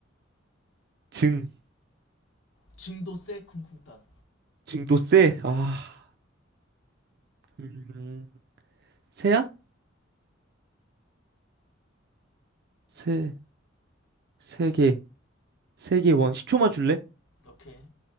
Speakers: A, on the right (about 55°); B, on the left (about 80°).
A: 증.
B: 증도세 쿵쿵따
A: 증도세. 아. 음. 세야? 세. 세 개. 세 개 원. 10초만 줄래?
B: 오케이